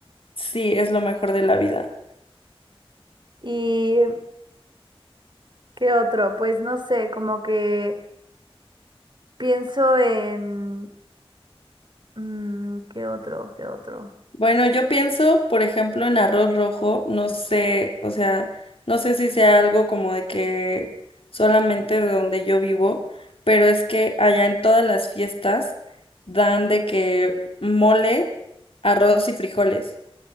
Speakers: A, on the left; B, on the right.
A: sí, es lo mejor de la vida.
B: ¿Y qué otro? Pues no sé, como que pienso en... mm, ¿qué otro? ¿Qué otro?
A: Bueno, yo pienso, por ejemplo, en arroz rojo, no sé, o sea, no sé si sea algo como de que solamente de donde yo vivo, pero es que allá en todas las fiestas dan de que mole, arroz y frijoles.